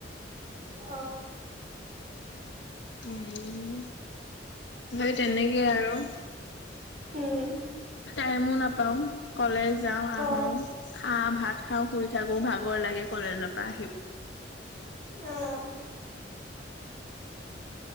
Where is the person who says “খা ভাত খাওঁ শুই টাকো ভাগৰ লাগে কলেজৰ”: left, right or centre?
Left